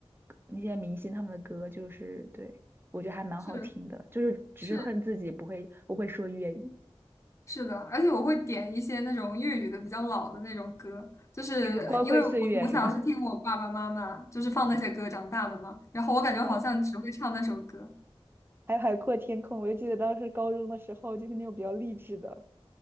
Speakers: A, on the right; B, on the left.
A: 那些明星他们的歌，就是对，我觉得还蛮好听的，
B: 是
A: 就是只是恨自己不会不会说粤语，
B: 是是的，而且我会点一些那种粤语的比较老的那种歌，就是因为我从小是听我爸爸妈妈就是放那些歌长大的嘛，
A: 什么光辉岁月是吗？
B: 然后我感觉好像只会唱那首歌。
A: <laughs> 是的。还有海阔天空，我就记得当时高中的时候，就是那种比较励志的。